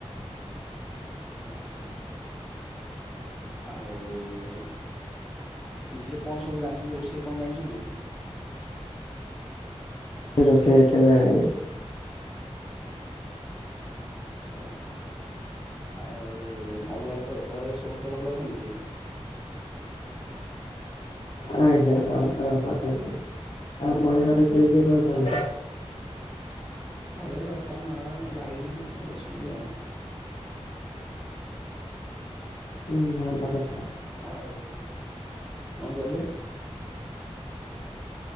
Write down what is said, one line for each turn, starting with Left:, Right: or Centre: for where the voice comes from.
Centre: ଆଛା। ଆଉ ନିଜେ କଣ ସବୁ ଜାଣିଛନ୍ତି ରୋଷେଇ କଣ ଜାଣିଛନ୍ତି?
Left: ରୋଷେଇ ଏତେ ଜାଣିନି।
Centre: ଆଚ୍ଛା। ଆଉ ଆଉ ଘର ଘରେ ସମସ୍ତେ ଭଲ ଅଛନ୍ତି?
Left: ଆଜ୍ଞା ସମସ୍ତେ ଭଲ ଅଛନ୍ତି। ଆପଣ ଙ୍କ ଘରେ କିଏ କିଏ ରହୁଛନ୍ତି?
Centre: ଘରେ ବାପା, ମା, ଭାଇ ସବୁ ଅଛନ୍ତି ଆଉ।
Left: ହୁଁ ଭଲ କଥା।
Centre: ଆହୁ କଣ କଲେ